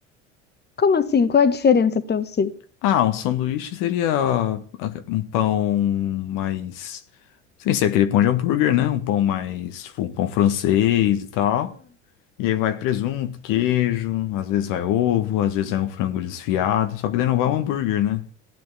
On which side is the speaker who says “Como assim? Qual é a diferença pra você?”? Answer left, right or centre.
Left